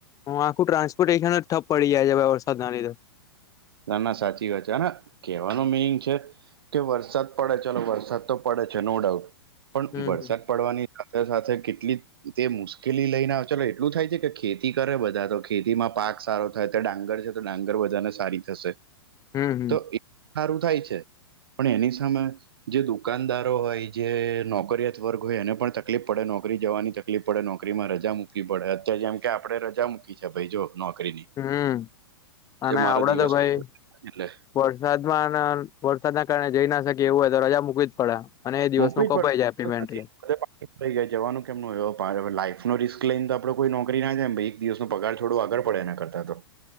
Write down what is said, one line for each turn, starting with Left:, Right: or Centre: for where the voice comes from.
Left: હ આખું ટ્રાન્સપર્ટેશન જ ઠપ પડી જાય છે ભાઈ વરસાદના લીધે.
Right: ના ના સાચી વાત છે અને કેવાનું મિનિંગ છે કે વરસાદ પડે ચલો વરસાદ તો પડે છે નો ડાઉટ પણ
Left: હમ
Right: વરસાદ
Left: હમ
Right: પડવાની સાથે સાથે કેટલી તે મુશ્કેલી લઈને આવ ચલો એટલું થાય છે કે ખેતી કરે બધા તો ખેતીમાં પાક સારો થાય ત્યાં ડાંગર છે તો ડાંગર બધાને સારી થશે
Left: હમ
Right: તો <inaudible> સારું થાય છે પણ એની સામે જે દુકાનદારો હોય જે નોકરીયાત વર્ગ હોય એને પણ તકલીફ પડે નોકરી જવાની ત કલીફ પડે નોકરીમાં રજા મૂકવી પડે અત્યારે જેમ કે આપડે રજા મૂકી છે ભાઈ જો નોકરીની.
Left: હમ્મ અને
Right: કે મારો
Left: આપડે
Right: દિવસ
Left: તો ભાઈ
Right: એટલે
Left: વરસાદમાં અન વરસાદના કારણે જઈ ના શકીએ એવું હોય તો રજા મૂકવી જ પડ. અને એ દિવસનું
Right: મૂકવી જ
Left: કપાઈ
Right: પડે
Left: જાય
Right: નથી
Left: <unintelligible>
Right: <unintelligible> જવાનું કેમ નો હોય? હવે ભારે હવે લાઈફ નો રિસ્ક લઈન તો આપણે કોઈ નોકરી ના જાય. પહી દિવસનો પગાર થોડું આગળ પડે એના કરતા તો.